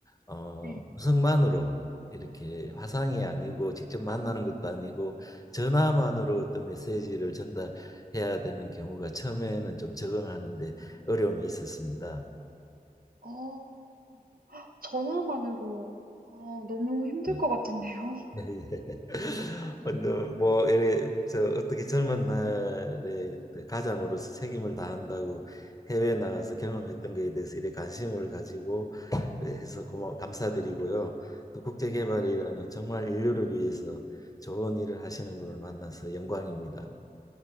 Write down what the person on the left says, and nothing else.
어,
음성만으로 이렇게 화상이 아니고 직접 만나는 것도 아니고 전화만으로 어떤 메시지를 전달해야 되는 경우가 처음에는 좀 적응하는데 어려움이 있었습니다.
네.
<laughs> 근데 뭐 이래 저 어떻게 젊은 날에 그 가장으로서 책임을 다한다고 해외 나가서 경험했던 거에 대해서 이래 관심을 가지고 네, 해서 고마 감사드리고요. 또 국제개발이라는
정말 인류를 위해서 좋은 일을 하시는 분을 만나서 영광입니다.